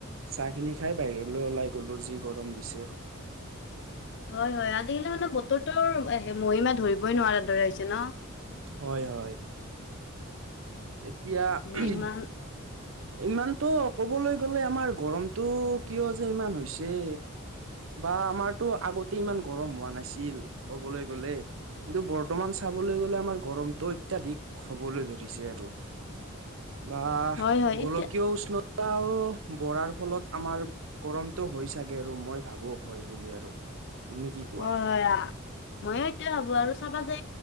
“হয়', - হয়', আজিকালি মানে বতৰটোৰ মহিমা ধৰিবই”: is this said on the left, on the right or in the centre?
Left